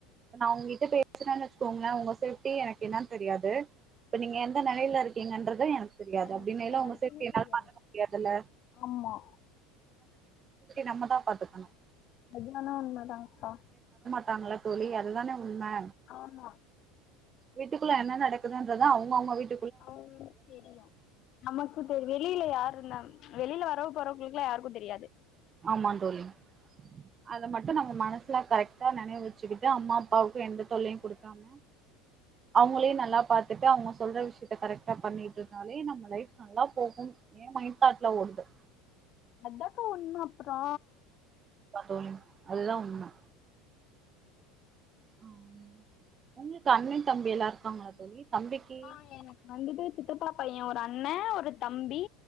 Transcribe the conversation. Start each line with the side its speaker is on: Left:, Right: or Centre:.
Right: நான் உங்கிட்ட பேசுறேன்னு வச்சுக்கோங்களேன் உங்க சேப்டி எனக்கு என்னானு தெரியாது இப்ப நீங்க எந்த நெலையில இருக்கீங்கன்றத எனக்கு தெரியாது
Left: எனக்கு
Right: அப்படின்னயில்ல
Left: யாருக்குமே
Right: உங்க சேஃப்டி என்னால
Left: தெரியாது
Right: பாத்துக்க முடியாதுல்ல
Left: ஆமா
Right: நம்ம தான் பாத்துக்கணும்
Left: நெஜமாலுமே உண்மை தான் கா
Right: இருக்காங்களா தோழி அதுதானே உண்ம
Left: ஆமா
Right: வீட்டுக்குள்ள என்ன நடக்குதுன்றது அவுங்க அவுங்க வீட்டு
Left: அவுங்களுக்கு தெரியும் நமக்கு இப்ப வெளியில யாரு இருந்தா வெளியில யாராவது போறவங்களுக்குல்லாம் யாருக்கும் தெரியாது
Right: ஆமா தோழி அதை மட்டும் நம்ம மனசுல கரெக்டா நினைவு வச்சுக்கிட்டு அம்மா அப்பாவுக்கு எந்த தொல்லையும் குடுக்காம அவங்களையும் நல்லா பாத்துட்டு அவங்க சொல்ற விஷயத்த கரெக்டா பண்ணிட்டு இருந்தாலே நம்ம லைஃப் நல்லா போகும் என் மைண்ட்தாட்ல ஓடுது
Left: அதுதான்கா உண்மை கா
Right: தோழி அது தான் உண்மை ஆஹ் உங்களுக்கு அண்ணன் தம்பிலாம் இருக்காங்களா தோழி தம்பிக்கு
Left: ஆ எனக்கு வந்துட்டு சித்தப்பா பைய ஒரு அ ண்ணே, ஒரு தம்பி,